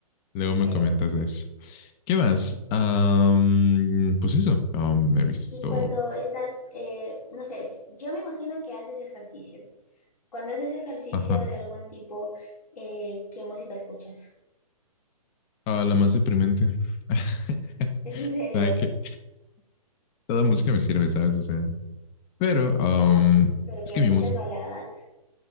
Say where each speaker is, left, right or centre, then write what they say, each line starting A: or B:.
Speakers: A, on the left; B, on the left.
A: Luego me
B: Eh,
A: comentas de eso. ¿Qué más? Am, pues eso. Am, me he visto.
B: Y cuando estás, eh, no sé, yo me imagino que haces ejercicio. Cuando haces ejercicio
A: Ajá.
B: de algún tipo, eh, ¿qué música escuchas?
A: Ah, la más deprimente. <laughs>
B: <laughs> ¿Es en serio?
A: Nada que. Toda música me sirve, ¿sabes? O sea. Pero am,
B: O sea, ¿pero
A: es
B: que
A: que
B: escuchas
A: mi música.
B: baladas?